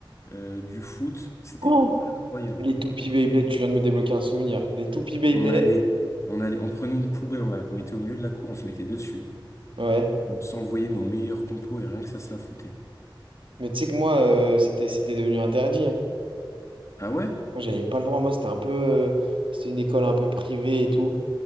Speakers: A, on the left; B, on the right.
A: euh, du foot. C'était
B: Oh
A: incroyable.
B: Les toupies Beyblade, tu viens de me débloquer un souvenir. Les toupies Beyblade,
A: On allait, on allait, on prenait une poubelle, on la mettait au milieu de la cour, on se mettait dessus.
B: ouais.
A: On s'envoyait nos meilleurs compos et rien que ça se la foutait.
B: Mais tu sais que moi, euh, c'était, c'était devenu interdit. hein.
A: Ah ouais?
B: Moi, j'avais pas le droit. Moi, c'était un peu. euh, c'était une école un peu privée et tout.